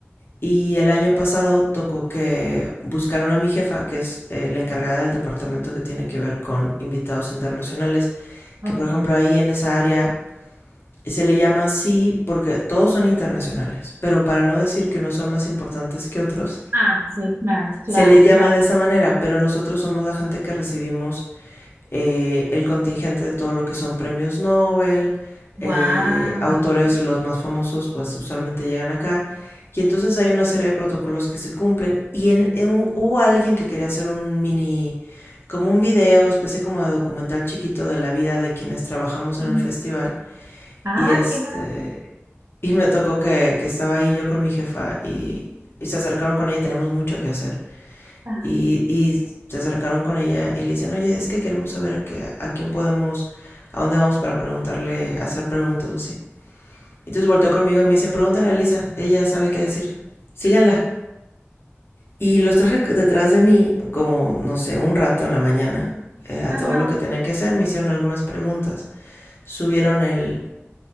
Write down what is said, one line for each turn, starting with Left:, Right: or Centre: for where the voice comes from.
Left: Y el año pasado tocó que buscaron a mi jefa, que es eh, la encargada del departamento que tiene que ver con invitados internacionales,
Right: Ok.
Left: que por ejemplo ahí en esa área se le llama así porque todos son internacionales, pero para no decir que unos son más importantes que otros,
Right: Ah, sí, claro, claro,
Left: se le llama
Right: claro.
Left: de esa manera, pero nosotros somos la gente que recibimos eh, el contingente de todo lo que son premios Nobel, eh,
Right: Wow.
Left: autores los más famosos pues usualmente llegan acá. Y entonces hay una serie de protocolos que se cumplen. Y en, en, hubo alguien que quería hacer un mini, como un video, especie como de documental chiquito de la vida de quienes trabajamos en
Right: Ujú.
Left: el festival.
Right: Ay,
Left: Y este,
Right: qué maravilla.
Left: y me tocó que, que estaba ahí yo con mi jefa y, y se acercaron con ella, tenemos mucho que hacer.
Right: Ay,
Left: Y, y se acercaron con ella y le dicen, oye, es que queremos saber que, a quién podemos, a dónde vamos para preguntarle, hacer preguntas o así. entonces volteó conmigo y me dicen, pregúntale a Lisa, ella sabe qué decir, síganla. Y los traje detrás de mí, como, no sé, un rato en la mañana, eh, a
Right: Ajá,
Left: todo lo que tenía que hacer, me hicieron algunas preguntas, subieron el,